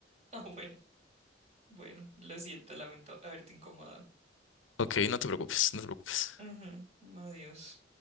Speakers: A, on the right; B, on the left.
A: Ah, bueno, bueno, lo siento, lamento haberte incomodado.
B: Ok, no te preocupes, no te preocupes.
A: Ujú, Adiós.